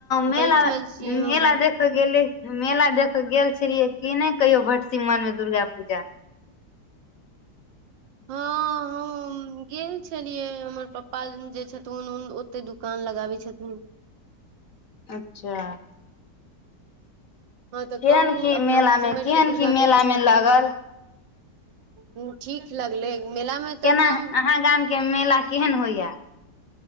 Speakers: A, on the left (about 60°); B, on the right (about 85°).
A: मेला
B: बैठल छी
A: मेला
B: हमहूँ
A: देख गेले मेला देख क गेल छलियै की नहि कहियो भैटसिमर मे दुर्गा पूजा
B: हँ हम गेल छलियै हमर पप्पा जे छथुन ओते दुकान लगाबै छथुन
A: अच्छा
B: हँ तऽ
A: केहन
B: कहू
A: की
B: अपना
A: मेला
B: भटसिमैर
A: मे केहन
B: केऽ दुर्गा
A: की
B: मेला के
A: मे लगल
B: की हु ठीक लागलै मेलामे तऽ
A: केना
B: एकदम
A: अहाँ गामके मेला केहन होइया